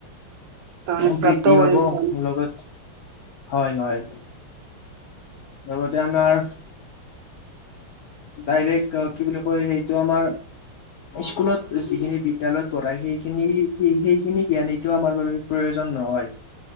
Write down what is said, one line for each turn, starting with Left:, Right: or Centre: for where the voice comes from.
Right: তাৰমানে
Left: সম
Right: প্ৰাপ্ত
Left: বৃদ্ধি
Right: কৰিম
Left: পাব মোৰ
Right: তাৰমানে
Left: লগত হয় হয়। লগতে আমাৰ ডাইৰেক্ট কি বুলি কয় সেইটো আমাৰ স্কুলত যিখিনি বিদ্যালয়ত পঢ়ায় সেইখিনি স সেইখিনি জ্ঞান এইটো আমাৰ বাবে প্ৰয়োজন। নহয়